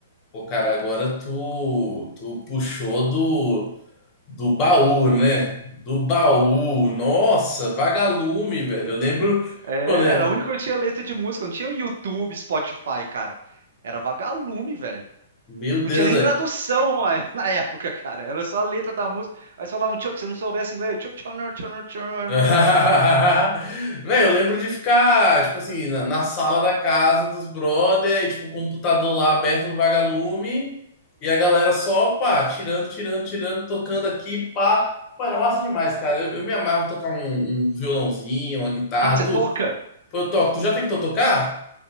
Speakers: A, on the left (about 30°); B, on the right (about 60°).
A: Pô, cara, agora tu, tu puxou do, do baú, né? Do baú. Nossa, vagalume, velho. Eu lembro.
B: É,
A: Pô, né?
B: era a única que tinha letra de música, não tinha o YouTube, Spotify, cara. Era Vagalume, velho.
A: Meu
B: Não
A: Deus,
B: tinha nem
A: velho.
B: tradução <laughs> na na época, cara. Era só a letra da música. Aí você falava, "Tchau", se não soubesse inglês, "Tchau, tchau, tchau, tchau, tchau,
A: <laughs>
B: tchau, tchau".
A: Velho, eu lembro de ficar, tipo assim, na, na sala da casa dos brother, aí, tipo, o computador lá aberto no vagalume, e a galera só, pá, tirando, tirando, tirando, tocando aqui, pá. Pô, era massa demais, cara. Eu, eu me amarro em tocar um, um violãozinho, uma guitarra,
B: ah, você
A: tu...
B: toca?
A: Pô, eu toco. Tu já tentou tocar?